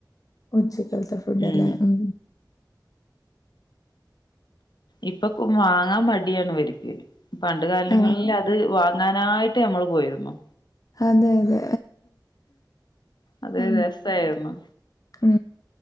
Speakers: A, on the left (about 50°); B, on the left (about 70°).
A: ഉച്ചക്കാലത്തെ ഫുഡ്ല്ല
B: ഉം
A: ഉ
B: ഇപ്പൊ വാങ്ങാൻ മടിയാണ് വരിക്ക പണ്ട് കാലങ്ങളിൽ
A: ആഹ്
B: അത് അങ്ങാനായിട്ട് നമ്മൾ പോയിരുന്നു
A: അതെ അതെ
B: അത്
A: ഉ
B: രസായിരുന്നു
A: ഉ